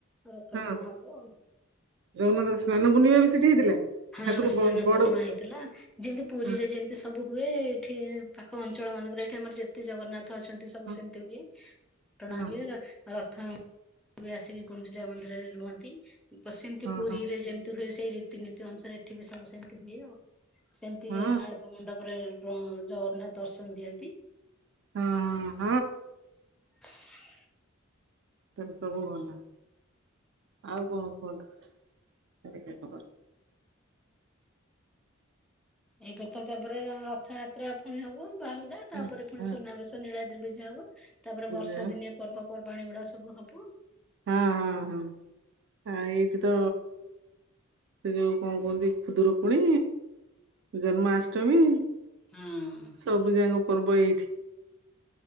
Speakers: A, in the centre; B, on the right.
A: ରଥଟଣା
B: ହଁ
A: ହବ ଆଉ।
B: ଜଗନ୍ନାଥ ସ୍ନାନ ପୂର୍ଣ୍ଣିମା ବି ସେଠି ହେଇଥିଲା।
A: ହଁ
B: ଠାକୁର
A: ସ୍ନାନ
B: ବ ବଡ
A: ପୂର୍ଣ୍ଣିମା ହେଇଥିଲା। ଯେମିତି ପୁରୀରେ
B: ହଁ
A: ଯେମିତି ସବୁ ହୁଏ। ଏଠି ପାଖ ଅଞ୍ଚଳ ମାନଙ୍କରେ ଏଠି ଆମର ଯେତେ ଜଗନ୍ନାଥ ଥ ଅଛନ୍ତି ସବୁ
B: ହଁ।
A: ସେମିତି ହୁଏ। ଟଣା
B: ହଁ।
A: ହୁଏ ର ହଁ ଆସିକି ଗୁଣ୍ଡିଚା ମନ୍ଦିରରେ ରୁହନ୍ତି। ବ। ସେମିତି
B: ହଁ
A: ପୁରୀରେ
B: ହଁ
A: ଯେମିତି ହୁଏ ସେ ରୀତିନୀତି ଅନୁସାରେ ଏଠି ବି ସବୁ ସେମିତି ହୁଏ ଆଉ। ସେମିତି
B: ହଁ
A: ଆଡପ ମଣ୍ଡପରେ ଜଗନ୍ନାଥ ଦର୍ଶନ ଦିଅନ୍ତି।
B: ହଁ ହଁ
A: <inaudible>
B: ତାହେଲେ ସବୁ ଭଲ। ଆଉ କଣ କୁହନ୍ତୁ। <unintelligible> ଖବର।
A: ଏବେତ ତାପରେ ରଥଯାତ୍ରା ପୁଣି ହବ। ବାହୁଡା ତାପରେ
B: ହଁ
A: ପୁଣି
B: ହଁ
A: ସୁନାବେଶ ନୀଳାଦ୍ରି ବିଜେ ହବ। ତାପରେ
B: ବିଜୟ
A: ବର୍ଷା
B: ହଁ
A: ଦିନିଆ ପର୍ବ ପର୍ବାଣୀ ଗୁଡା ସବୁ ହବ।
B: ହଁ ହଁ। ଆ ଏଇଠି ତ ସେ ଯୋଉ କଣ କୁହନ୍ତି ଖୁଦୁରକୁଣି ଜନ୍ମାଷ୍ଟମୀ।
A: ହଁ।
B: ସବୁ ଯାକ ପର୍ବ ଏଇଠି।